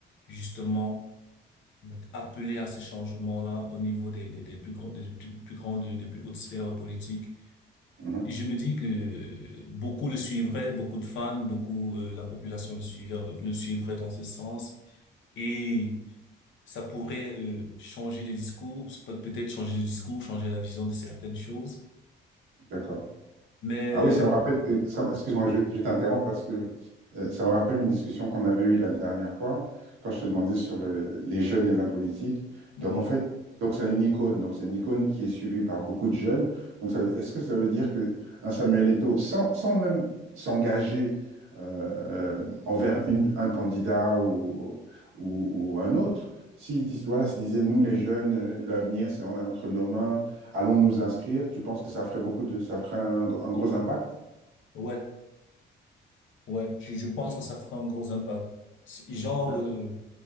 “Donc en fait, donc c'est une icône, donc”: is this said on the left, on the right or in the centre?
Right